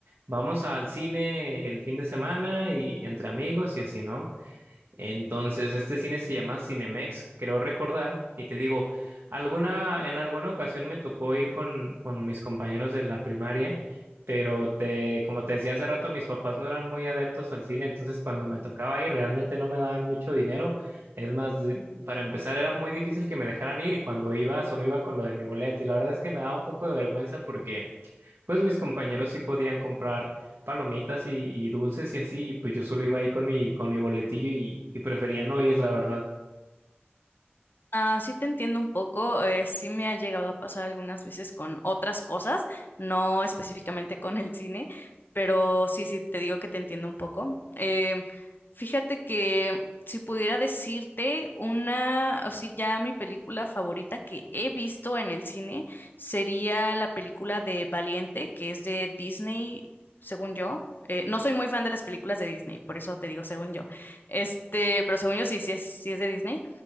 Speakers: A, on the right (about 75°); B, on the left (about 55°).
A: vamos al cine el fin de semana y entre amigos y así, ¿no? Entonces, este cine se llama Cinemex, creo recordar, y te digo, alguna, en alguna ocasión me tocó ir con, con mis compañeros de la primaria, pero te, como te decía hace rato, mis papás no eran muy adeptos al cine, entonces cuando me tocaba ir realmente no me daban mucho dinero. Es más, di- para empezar era muy difícil que me dejaran ir y cuando iba solo iba con lo de mi boleto y la verdad es que me daba un poco de vergüenza porque pues mis compañeros sí podían comprar palomitas y, y dulces y así, y pues yo solo iba ahí con mi, con mi boletillo y, y prefería no ir, la verdad.
B: Ah, sí te entiendo un poco, eh, sí me ha llegado a pasar algunas veces con otras cosas, no específicamente con el cine, pero sí, sí te digo que te entiendo un poco. Em, fíjate que si pudiera decirte una, o sí, ya mi película favorita que he visto en el cine sería la película de Valiente, que es de Disney, según yo. Eh, no soy muy fan de las películas de Disney, por eso te digo según yo. Este, pero según yo sí, sí es, sí es de Disney.